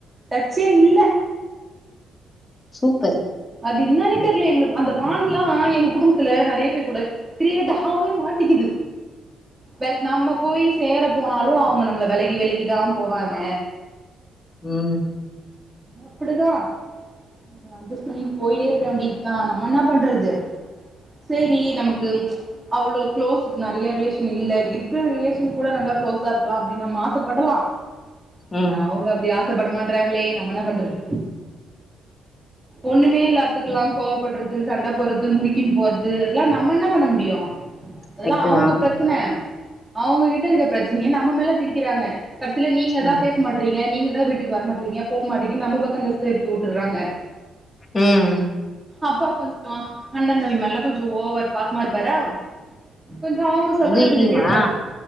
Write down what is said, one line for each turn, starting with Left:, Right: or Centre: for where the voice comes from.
Right: டச்சே இல்ல
Left: சூப்பர்
Right: அது என்னன்னே தெர்ல எங்களுக் அந்த பான்டுலா எங்க குடும்பத்துல நெறையா பேர் கூட கிரியேட்டாவே மாட்டிக்குது வெ நம்ம போயி சேர போனாலு அவுங்க நம்மள வெலகி வெலகிதா போவாங்க
Left: ம்
Right: அப்படிதா கொஞ்சோ அஜஸ்ட் பண்ணி போயிட்டே இருக்கே வேண்டியதா நம்ம என்ன பண்றது சேரி நமக்கு அவ்ளோ குளோஸ் நெறையா ரிலேஷன் இல்ல இருக்குற ரிலேஷன் கூட நல்லா கு்ளோஸா இருக்கலா அப்டி நம்ம ஆசப்படலா
Left: ம்
Right: ஆனா அவுங்க அப்டி ஆசைப்பட மாட்றாங்களே நம்ம என்ன பண்றது ஒண்ணுமே இல்லாத்துக்குலா கோவப்படுறது சண்ட போறது முறுக்கின்னு போறது அதெல்லா நம்ம என்ன பண்ண முடியோ அதெல்லா
Left: கரெக்ட்டு
Right: அவுங்க
Left: தா
Right: பிரச்சன அவுங்ககிட்ட இருக்குற பிரச்சனய நம்ம மேல திணி கிறாங்க கடைசில நீங்க தா
Left: ம்
Right: பேச மாட்டறீங்க நீங்க தா வீட்டுக்கு வர மாட்டறீங்க போ மாட்டிகு நம்ம பக்கம் இந்த கிரைப் உட்டறாங்க
Left: ம்
Right: அப்பா கொஞ்சோ அண்ணந்தம்பி மேல்லா கொஞ்சோ ஓவர் பாசமா இருப்பாரா கொஞ்சோ அவுங்க சொல்றத
Left: உங்க வீட்லயுமா
Right: கொஞ்சோ கேப்பாரு